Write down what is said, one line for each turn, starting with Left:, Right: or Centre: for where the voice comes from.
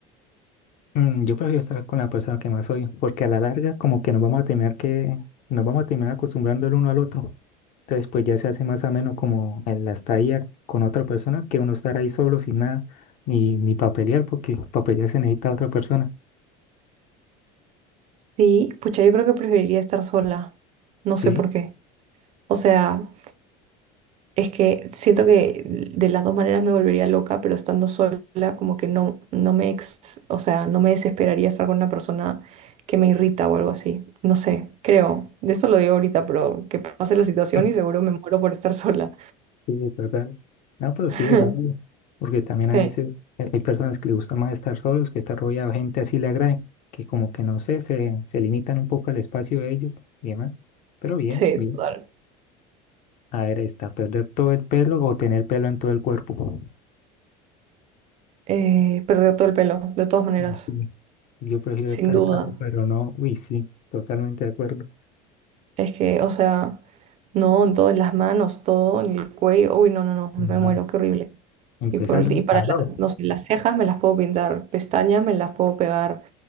Left: Mm, yo prefiero estar con la persona que más odio, porque a la larga como que nos vamos a terminar que nos vamos a terminar acostumbrando el uno al otro. Entonces pues ya se hace más ameno como en la estadía con otra persona que uno estar ahí solo sin nada, ni, ni para pelear, porque para pelear se necesita otra persona.
Right: Sí, pucha, yo creo que preferiría estar sola. No
Left: Sí,
Right: sé por qué. O sea, Es que siento que de las dos maneras me volvería loca, pero estando sola como que no, no me ex- o sea, no me desesperaría estar con una persona que me irrita o algo así. No sé, creo. De eso lo digo ahorita, pero que pase la situación
Left: mm,
Right: y seguro me muero por estar sola.
Left: sí, es verdad. No, pero
Right: <laughs>
Left: sí es válido, porque también a
Right: Sí,
Left: veces eh, hay personas que les gusta más estar solos, que estar rodeado de gente así le agrade, que como que no sé, se, se limitan un poco al espacio de ellos y demás. Pero bien,
Right: sí,
Left: bien.
Right: total.
Left: A ver, está, perder todo el pelo o tener pelo en todo el cuerpo.
Right: Eh, perder todo el pelo, de todas maneras,
Left: Uy, sí, Yo prefiero
Right: sin
Left: estar
Right: duda.
Left: calvo, pero no, uy, sí, totalmente de acuerdo.
Right: Es que, o sea, no, en todas las manos, todo, en el cuello. Uy, no, no, no, me
Left: No.
Right: muero, qué horrible.
Left: Empezando
Right: Y, por, ulti-
Left: el
Right: y para
Left: calor.
Right: la- no sé, las cejas me las puedo pintar, pestañas me las puedo pegar,